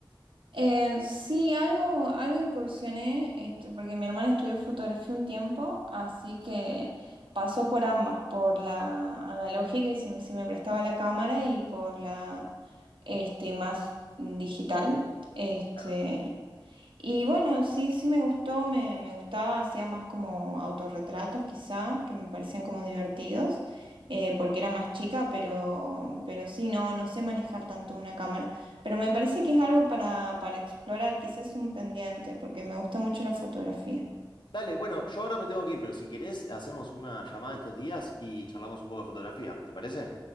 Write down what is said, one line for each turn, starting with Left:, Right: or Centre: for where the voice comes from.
Right: Eh, sí, algo, algo incursioné, este, porque mi hermana estudió fotografía un tiempo, así que pasó por ambas, por la analógica y si, si me prestaba la cámara y por la este, más digital. Este,
Left: Claro.
Right: y bueno, sí, sí me gustó, me, me gustaba, hacía más como autorretratos quizá, que me parecían como divertidos, eh, porque era más chica, pero, pero sí, no, no sé manejar tanto una cámara. Pero me parece que es algo para, para explorar, quizás un pendiente, porque me gusta mucho la fotografía.
Left: Dale, bueno, yo ahora me tengo que ir, pero si querés, hacemos una llamada estos días y charlamos un poco de fotografía, ¿te parece?